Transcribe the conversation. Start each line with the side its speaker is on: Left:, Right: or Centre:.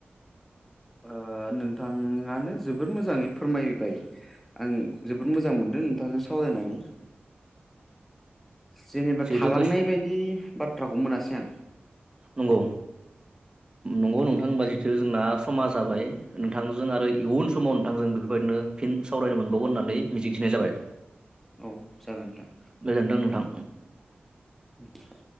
Centre: ओ नोंथाङानो जोबोर मोजाङै फोरमायबाय आं जोबोद मोजां मोनदों नोंथांजों सावरायनानै। जेनेबा
Right: जिहेथु
Centre: थालांनाय
Right: बै
Centre: बायदि बाथ्राखौ मोनासै आं।
Right: नंगौ नंगौ नोंथांबा जिथु जोंना समा जाबाय। नोंथांजों आरो इयुन समाव नोंथांजों बेफोरबायदिनो फिन सावरायनो मोनबावगोन होननानै मिजिंथिनाय जाबाय।
Centre: औ जागोन नोंथां।
Right: गोजोन्थों नोंथां।
Centre: <unintelligible>